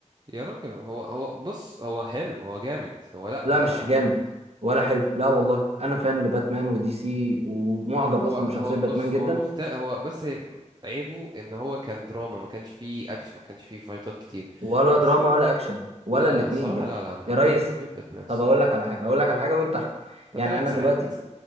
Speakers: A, on the right; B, on the right.
A: يا راجل هو هو بص هو حلو هو جامد هو لا
B: لا
A: لا
B: مش
A: لا هو
B: جامد
A: جامد
B: ولا حلو لا والله انا فان لباتمان ودي سي ومعجب
A: هو
B: اصلا بشخصيه
A: هو بص
B: باتمان جدا
A: هو مخت هو بس هي عيبه ان هو كان دراما ما كانش فيه اكشن ما كانش فيه فايتات كتير
B: ولا دراما
A: بس
B: ولا اكشن ولا
A: لا
B: الاتنين
A: لا الصراحة
B: يا,
A: لا لا انا حبيت
B: يا ريس
A: حبيت باتمان الصراحة
B: طب اقول لك على حاجه اقول لك على حاجه وانت احكم
A: ده
B: يعني
A: ثلاث
B: انا
A: ساعات
B: دلوقتي